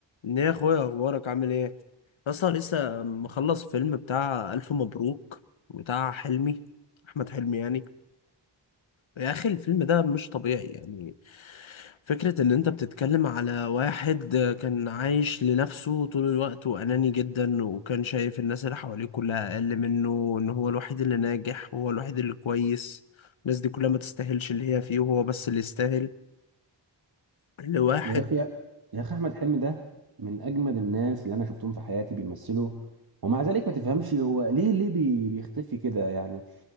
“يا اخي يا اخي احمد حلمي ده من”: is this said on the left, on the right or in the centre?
Right